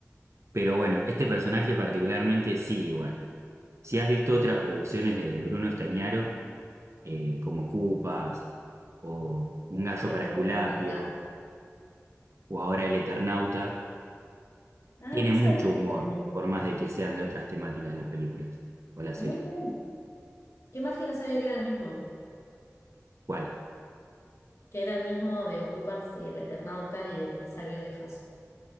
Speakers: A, on the right; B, on the left.
A: pero bueno, este personaje particularmente sí, igual. Si has visto otras producciones de Bruno Estañaro, eh, como Cupas o Un gallo
B: Me
A: para
B: acordé
A: Esculapio
B: que no está.
A: o ahora El Eternauta,
B: Ah,
A: tiene
B: no
A: mucho
B: sabía. que
A: humor,
B: era el mismo.
A: por más de que sean de otras temáticas las películas o la serie.
B: Muy bien. Qué mal que no sabía que era el mismo.
A: ¿Cuál?
B: Que era el mismo de Ocupas y el Eternauta y de Pizza Birra y Faso.